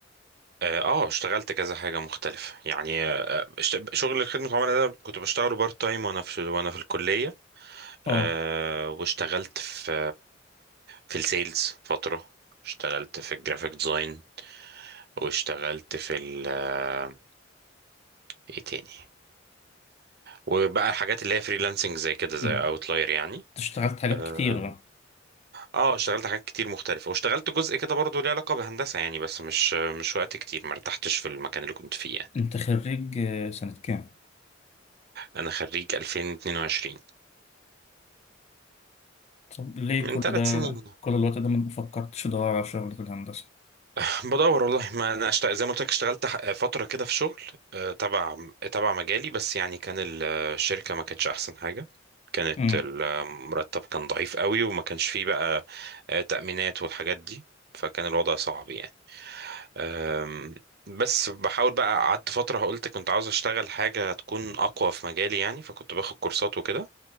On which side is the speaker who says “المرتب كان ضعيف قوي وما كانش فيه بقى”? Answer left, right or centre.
Right